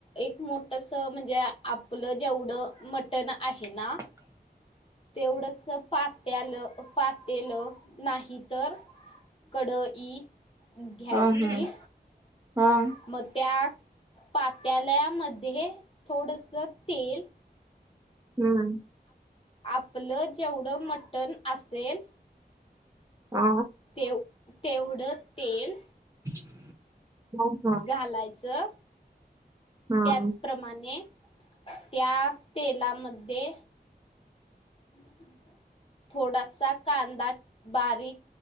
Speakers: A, on the left; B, on the right.
A: एक मोठस म्हणजे आपलं जेवढं मटण आहे ना
B: <unintelligible> <inaudible>
A: तेवढस पात्याल पातेलं नाही तर कडई घ्यायची,
B: हा हा. हा
A: मग त्या पात्यालयामध्ये थोडस तेल
B: हम्म.
A: आपलं जेवढं मटण असेल
B: हा
A: तेव तेवढं तेल
B: <unintelligible> <inaudible> हा
A: घालायचं.
B: हा
A: त्याचप्रमाणे, त्या तेलामध्ये <unintelligible> <inaudible> थोडासा कांदा बारीक